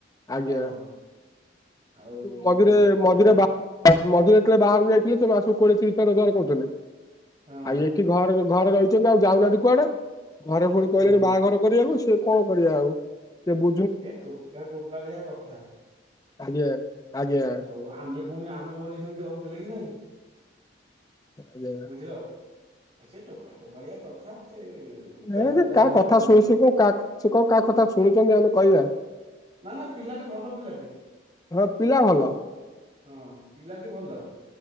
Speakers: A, on the left; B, on the right.
A: ଆଜ୍ଞା।
B: ହଁ ଆଉ
A: ମଝିରେ
B: ଏ ଟୋକା
A: ମଝିରେ ମଝିରେ ଯେତେବେଳେ ବାହାରକୁ ଯାଇଥିଲେ ସେ ମାସକୁ ଥରେ ରୋଜଗାର କରୁଥିଲେ।
B: ହଁ
A: ଆଉ ଏଠି ଘରେ ଘରେ ରହିଛନ୍ତି ଆଉ ଯାଉନାହାନ୍ତି କୁଆଡେ ଘରେ ପୁଣି କହିଲେଣି
B: ହଁ
A: ବାହାଘର। କରିବାକୁ ସିଏ କଣ କରିବ ଆଉ ସେ ବୁ
B: ଏ ଟୋକା ଟୋକାଳିଆ କଥା।
A: ଆଜ୍ଞା ଆଜ୍ଞା।
B: ହୋଉ ଆମେ ଫୁଣି ଆମ ଭଳି ସେମିତି ହୋଉଥିଲେ କି ନାଇଁ
A: ଆଜ୍ଞା।
B: ବୁଝିଲ। ଆଉ ସେ ଟୋକା ଟୋକାଳିଆ କଥା ସେ ଖେଳାକୁଦା
A: ସେ କା
B: ଏଇନା
A: କଥା
B: କରୁଛି
A: ଶୁଣି ଶି କ କା ଶି କଣ କା କଥା ଶୁଣୁଛନ୍ତି ଆମେ କହିବା।
B: ନା ନା ପିଲାଟି ଭଲ ପିଲାଟି
A: ହଁ ପିଲା ଭଲ
B: ହଁ ପିଲାଟି ଭଲ।